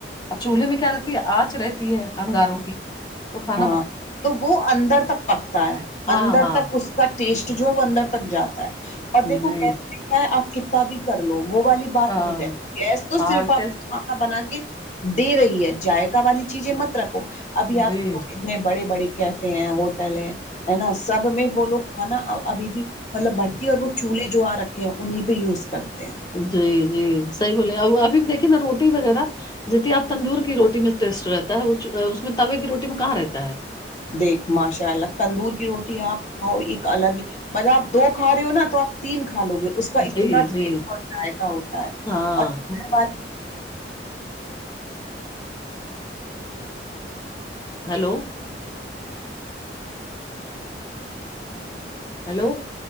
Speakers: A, on the left (about 25°); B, on the left (about 40°).
A: اور چولہے میں کیا رہتی ہے آنچ رہتی ہے انگاروں کی تو خا
B: ہاں تو وہ اندر تک پکتا ہے
A: ہاں
B: اندر
A: ہاں
B: تک اس کا ٹیسٹ جو ہے وہ اندر تک جاتا ہے اور دیکھو
A: جی
B: گیس ہے آپ کتتا بھی کر لو وہ والی بات
A: ہاں
B: نہیں رہتی گیس تو
A: ہاں
B: صرف آپ
A: ٹیسٹ
B: بنا کے دے رہی ہے جائقا والی چیز ہے متر کو ابھی آپ
A: جی
B: اتنے بڑے بڑے کیفے ہیں ہوٹل ہیں ہے نا سب میں وہ لوگ کھانا ابھی بھی مطلب بھٹی اور وہ چولہے جو آ رکھے ہیں انہیں پہ یوز کرتے ہیں
A: جی جی صحیح بولے ابھی بھی دیکھیے نا روٹی وغیرہ جیت آپ تندور کی روٹی میں ٹیسٹ رہتا ہے وہ اس میں توے کی روٹی میں کہاں رہتا ہے
B: دیکھ ماشاء اللہ تندور کی روٹی آپ کھاؤ ایک الگ ہی مطلب آپ دو کھا رہے ہو نا تو آپ تین کھا لو گے اس
A: جی
B: کا اتنا
A: جی
B: ٹیٹ اور ذائقہ ہوتا ہے
A: ہاں
B: اورگھر والے
A: ہلو ہیلو